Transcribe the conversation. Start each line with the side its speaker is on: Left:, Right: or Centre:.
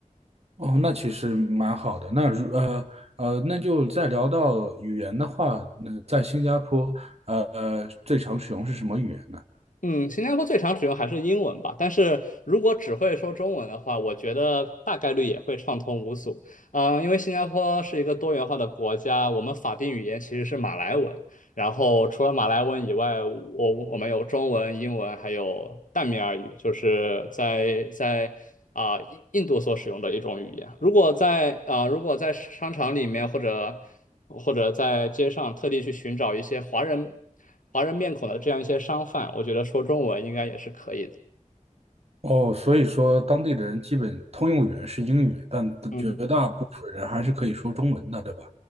Right: 哦，那其实蛮好的。那如呃呃，那就再聊到语言的话，那在新加坡呃呃最常使用是什么语言呢？
Left: 嗯，新加坡最常使用还是英文吧，但是如果只会说中文的话，我觉得大概率也会畅通无阻。嗯，因为新加坡是一个多元化的国家，我们法定语言其实是马来文，然后除了马来文以外，我我们有中文、英文，还有淡米尔语，就是在在啊、印印度所使用的一种语言。如果在啊、如果在商场里面或者或者在街上特地去寻找一些华人华人面孔的这样一些商贩，我觉得说中文应该也是可以的。
Right: 哦，所以说当地的人基本通用语言是英语，但绝大部分人还是可以说中文的，
Left: 嗯，
Right: 对吧？